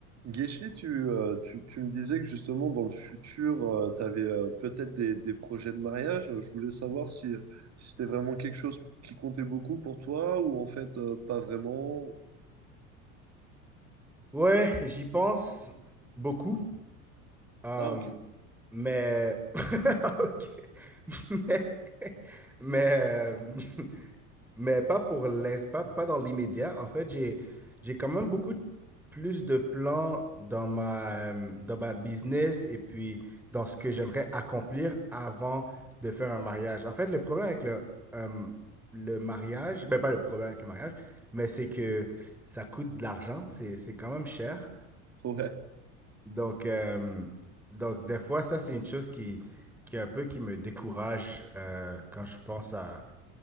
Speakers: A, on the right (about 40°); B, in the centre.
A: Guéchi, tu, euh, tu, tu me disais que justement dans le futur, tu avais peut-être des, des projets de mariage. Je voulais savoir si, si c'était vraiment quelque chose qui comptait beaucoup pour toi ou en fait euh, pas vraiment.
B: Ouais, j'y pense beaucoup, euh,
A: Ah ok.
B: mais... <laughs> ok. <laughs> Mais, mais,
A: <laughs>
B: euh, <laughs> mais pas pour l'instant, pas, pas dans l'immédiat. En fait, j'ai, j'ai quand même beaucoup plus de plans dans ma, euh, dans ma business et puis dans ce que j'aimerais accomplir avant de faire un mariage. En fait, le problème avec le, euh, le mariage, ben pas le problème avec le mariage, mais c'est que ça coûte de l'argent, c'est, c'est quand même cher.
A: Ouais.
B: Donc, euh, donc, des fois, ça, c'est une chose qui, qui est un peu qui me décourage euh, quand je pense à,